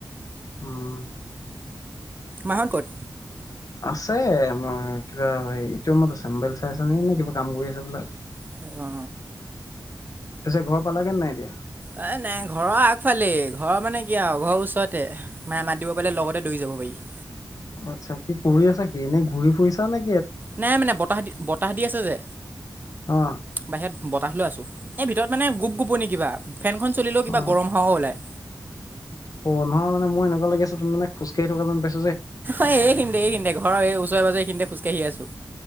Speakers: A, on the left; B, on the right.
A: উম।
B: মাহঁত ক'ত?
A: আছে। মা কিবা ইটো ৰুমত আছে। মোবাইল চাই আছ নেকি নে কিবা কাম কৰি আছে হবলা।
B: অ, অঁ।
A: পিছে ঘৰ পালাগে নে নাই এতিয়া?
B: এ, নাই ঘৰৰ আগফালেই, ঘৰৰ মানে কি আৰু ঘৰৰ ওচৰতে, মায়ে মাত দিব পালে লগতে দৌৰি যাব পাৰি। <inaudible>
A: আত্ছা কি কৰি আছা কি? এনেই ঘূৰি ফুৰিছা নে?
B: নাই মানে বতাহ দি বতাহ দি আছে যে,
A: অ
B: বাহিৰত বতাহ লৈ আছো। এই ভিতৰত মানে গোপ-গোপনি কিবা। ফেনখন চলিলেও কিবা
A: অ
B: গৰম হাৱা ওলায়।
A: অ, নহয় মানে মোৰ এনেকুৱা লাগি আছে তুমি মানে খোজকাঢ়ি থকা যেন পাইছোঁ।
B: অ' এইখিনিতে, এইখিনিতে। ঘৰৰ এই ওচৰে-পাজৰে এইখিনিতে খোজকাঢ়ি আছো।